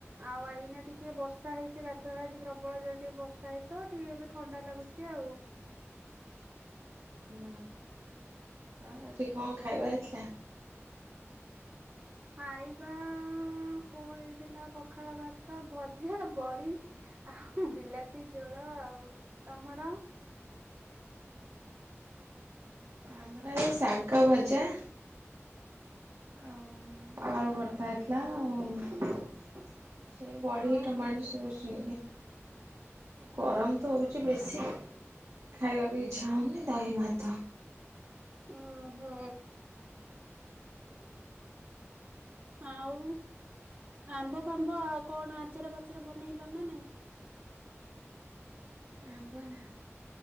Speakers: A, on the right; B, on the right.
A: ଆଉ ଏଇନା ଟିକେ ବର୍ଷା ହେଇଚଛି ଗାଧୁଆଳ ଆଜି ପ୍ରବଳୋର ଟିକେ ବର୍ଷା ହେଇ ତ ଟିକେ ଏବେ ଥଣ୍ଡା ଲାଗୁଚ ଆଉ।
B: ହଁ ଆଉ ଆଜି କଣ ଖାଇବା ଏଥିଲା?
A: ଖାଇବା କଣ ହେଇଥିଲା ପଖାଳ ଭାତ ଭଜା ବଡି ଆଉ ବିଲାତି ଝୋଳ ଆଉ ତମର
B: ଆମର ଏଇ ଶାଗ ଭଜା ଆଉ ଆଳୁ ଭର୍ତା ହେଇଥିଲା ଆଉ। ସେ ବଢି
A: ଓହୋ
B: ଟମାଟର ସବୁସୁ ଗରମ ତ ହଉଛି ବେଶୀ ଖାଇବାକୁ ଇଚଛା ହଉନି ଦହି ଭାତ
A: ଉୁଁ ହୁଁ ଆଉ ଆମ୍ବ ଫାମ୍ବ ଆ କଣ ଆଚାର ଫାଚର ବନେଇଲ ନା ନାଇଁ
B: ଆମ୍ବ ନା